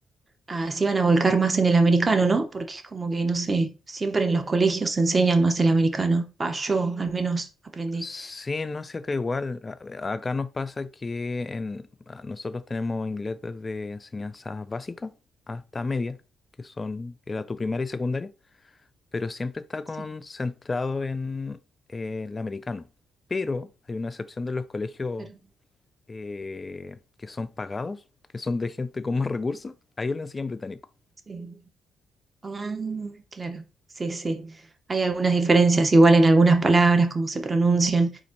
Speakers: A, on the right; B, on the left.
A: a- se iban a volcar más en el americano, ¿no? Porque es como que, no sé, siempre en los colegios se enseñan más el americano. Pa, yo al menos aprendí.
B: Sí, no sé, acá igual. A- Acá nos pasa que en, a- nosotros tenemos inglés desde enseñanzas básicas hasta media, que son, era tu primaria y secundaria, pero siempre está concentrado
A: Sí,
B: en eh, el americano. Pero hay una excepción de los colegios
A: claro.
B: eh, que son pagados, que son de gente con más recursos, a ellos le enseñan británico.
A: Sí. Ah, claro, sí, sí. Hay algunas diferencias igual en algunas palabras, cómo se pronuncian,